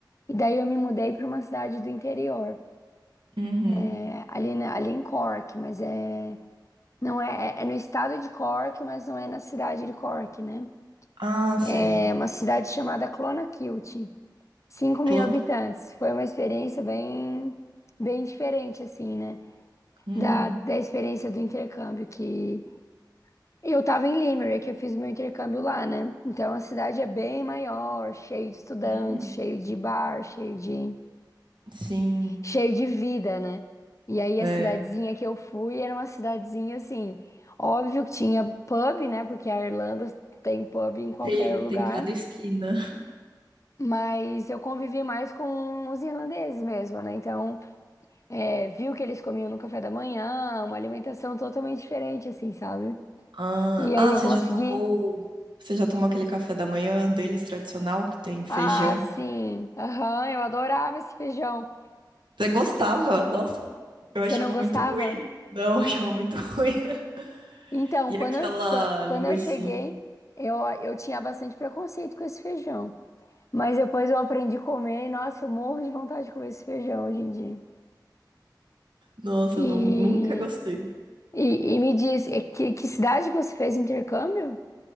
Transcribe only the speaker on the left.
e daí eu me mudei para uma cidade do interior,
é, ali, na- ali em Cork, mas é, não é, é, é no estado de Cork, mas não é na cidade de Cork, né?
É
uma cidade chamada Clonakilty, cinco mil
habitantes. Foi uma experiência bem, bem diferente, assim, né?
Da, da experiência do intercâmbio que Eu tava em Limerick, eu fiz meu intercâmbio lá, né? Então a cidade é bem maior, cheio de estudante,
cheio de bar, cheio de
cheio de vida, né? E aí a
cidadezinha que eu fui era uma cidadezinha assim, óbvio que tinha pub, né? Porque a Irlanda tem pub em qualquer
lugar.
Mas eu convivi mais com os irlandeses mesmo, né? Então, é, vi o que eles comiam no café da manhã, uma alimentação totalmente diferente, assim, sabe?
E
aí eu
consegui.
Ah, sim. Aham, eu adorava esse feijão.
Você
não gostava?
Então,
quando
eu, qua- quando
eu cheguei, eu, eu tinha bastante preconceito com esse feijão. Mas depois eu aprendi a comer e, nossa, eu morro de vontade de comer esse feijão hoje em dia.
E,
e, e me diz, é que, que cidade que você fez intercâmbio?